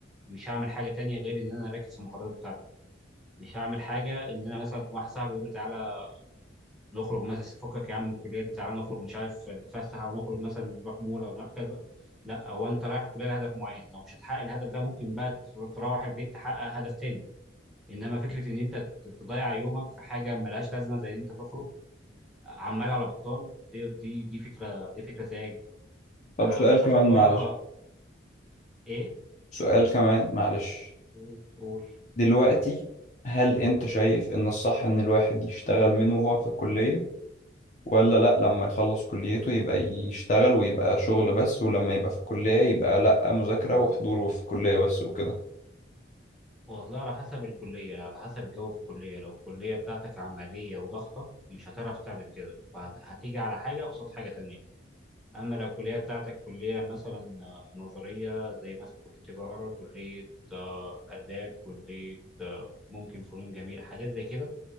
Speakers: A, in the centre; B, on the left (about 40°).
A: مش هعمل حاجه تانية غير ان انا اركز في المحاضرات بتاعتي مش هعمل حاجه ان انا مثلا واحد صاحبي يقول لي تعالى نخرج مثلا فكك يا عم من الكليه دي تعالى نخرج مش عارف نتفسح او نخرج مثلا نروح مول او نروح كذا لا هو انت رايح الكليه لهدف معين لو مش هتحقق الهدف ده ممكن بقى تر- تروح البيت تحقق هدف تاني انما فكره ان انت ت- تضيع يومك في حاجه ملهاش لازمه زي ان انت تخرج عمال على بطال دي دي دي فكره دي فكره سيئه جدا
B: طب
A: آه،
B: سؤال
A: اعتقد
B: كمان
A: بره
B: معلش
A: ايه
B: سؤال كمان معلش
A: قول قول
B: دلوقتي هل انت شايف ان الصح ان الواحد يشتغل من وهو في الكلية ولا لا لما يخلص كليته يبقى يشتغل ويبقى شغل بس ولما يبقى في الكلية يبقى لا مذاكرة وحضور في الكلية بس وكده
A: والله على حسب الكلية على حسب الجو في الكلية لو الكلية بتاعتك عملية وضغطة مش هتعرف تعمل كده فهتيجي على حاجة قصاد حاجة تانية أما لو الكلية بتاعتك كلية مثلا آه، نظرية زي مثلا كلية تجارة كلية آه، آداب كلية آه، ممكن فنون جميلة حاجات زي كده